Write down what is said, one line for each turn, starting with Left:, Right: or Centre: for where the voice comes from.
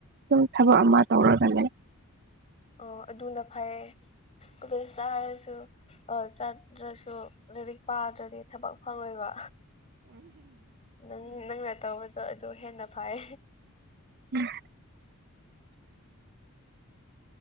Right: ꯁꯨꯝ ꯊꯕꯛ ꯑꯃ ꯇꯧꯔꯒ ꯂꯩ
Left: ꯑꯣ ꯑꯗꯨꯅ ꯐꯩꯌꯦ ꯑꯗꯨꯗ ꯆꯥꯔꯁꯨ ꯑ ꯆꯠꯇ꯭ꯔꯁꯨ ꯂꯥꯏꯔꯤꯛ ꯄꯥꯗ꯭ꯔꯗꯤ ꯊꯕꯛ ꯐꯪꯉꯣꯏꯕ ꯅꯪ ꯅꯪꯅ ꯇꯧꯕꯗꯣ ꯑꯗꯨ ꯍꯦꯟꯅ ꯐꯩ
Right: ꯎꯝ